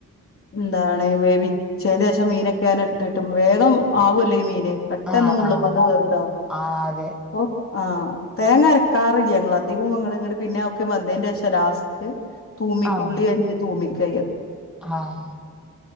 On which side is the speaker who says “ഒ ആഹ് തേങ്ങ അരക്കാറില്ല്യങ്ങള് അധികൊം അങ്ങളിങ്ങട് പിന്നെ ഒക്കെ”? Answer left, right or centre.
Left